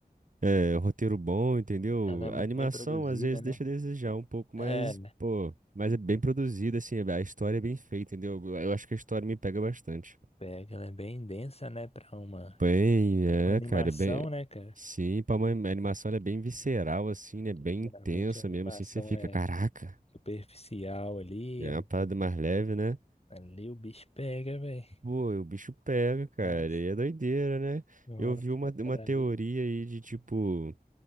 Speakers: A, on the right; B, on the left.
A: é, roteiro bom, entendeu?
B: Ela é muito
A: A animação
B: bem produzida,
A: às vezes
B: né?
A: deixa a desejar um pouco,
B: É,
A: mas, pô, mas é bem produzida, assim, a história é bem feita, entendeu? Eu acho que a história me pega bastante.
B: pega, ela é bem densa, né, pra uma,
A: Bem,
B: pra
A: é,
B: uma animação,
A: cara, bem.
B: né, cara?
A: Sim, pra uma animação ela é bem visceral, assim, né? Bem
B: Que geralmente
A: intensa
B: a animação
A: mesmo, assim, você fica,
B: é
A: caraca,
B: superficial ali,
A: é
B: é uma
A: uma parada
B: coisa.
A: mais leve, né?
B: Ali o bicho pega, velho.
A: Pô, e o bicho pega, cara,
B: Mas
A: e é doideira, né?
B: rola
A: Eu vi
B: as
A: uma,
B: pancadarias.
A: uma teoria aí de tipo,